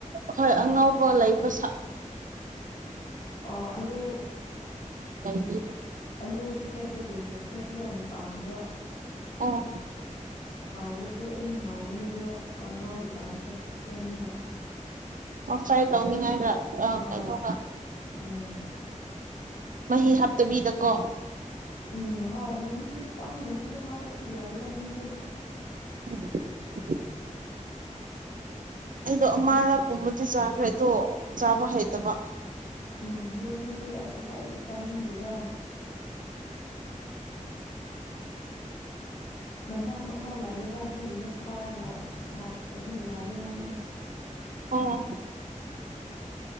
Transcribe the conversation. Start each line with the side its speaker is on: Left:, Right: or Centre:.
Right: ꯍꯣꯏ ꯑꯉꯧꯕ ꯂꯩ ꯪ
Left: ꯑꯥ ꯑꯂꯨ
Right: <inaudible>
Left: ꯑꯂꯨ ꯈꯦꯠꯄꯒꯨꯝꯅ ꯈꯦꯠꯂꯣ ꯃꯄꯥꯟꯗꯣ
Right: ꯑꯣ
Left: ꯍꯥꯎꯔꯁꯨ ꯑꯗꯨꯝ ꯍꯥꯎꯕꯅꯦ ꯑꯗꯣ ꯀꯪꯉꯧꯒꯤ ꯇꯥꯏꯞꯇ ꯁꯦꯝꯃꯒ
Right: ꯉꯁꯥꯏ ꯇꯧꯅꯤꯡꯉꯥꯏꯗ
Left: ꯍꯣꯏ
Right: ꯀꯩꯅꯣꯒ
Left: ꯎꯝ
Right: ꯃꯍꯤ ꯍꯥꯞꯇꯕꯤꯗꯀꯣ
Left: ꯎꯝ ꯍꯣꯏ ꯃꯍꯤ ꯈꯤꯇꯪꯒꯨꯝꯕꯁꯨ ꯍꯥꯞꯄꯁꯨ ꯌꯥꯎꯋꯦꯗ ꯃꯤꯗꯤ
Right: <unintelligible> ꯑꯩꯗꯣ ꯑꯃꯔꯛꯀꯨꯝꯕꯗꯤ ꯆꯥꯈ꯭ꯔꯦ ꯑꯗꯣ ꯆꯥꯕ ꯍꯩꯇꯕ
Left: ꯎꯝ ꯌꯨꯝꯗꯗꯤ ꯑꯁ ꯑꯩꯈꯣꯏꯗꯤ ꯆꯥꯅꯤꯡꯗꯦꯗ ꯃꯅꯥꯝ ꯑꯃ ꯂꯥꯛꯑꯦꯕ ꯑꯗꯨꯒꯤꯅꯦ ꯊꯥꯎꯅ ꯍꯥꯞꯇ꯭ꯔꯗꯤ ꯌꯥꯗꯦ ꯍꯥꯏꯕꯗꯣ
Right: ꯑꯣ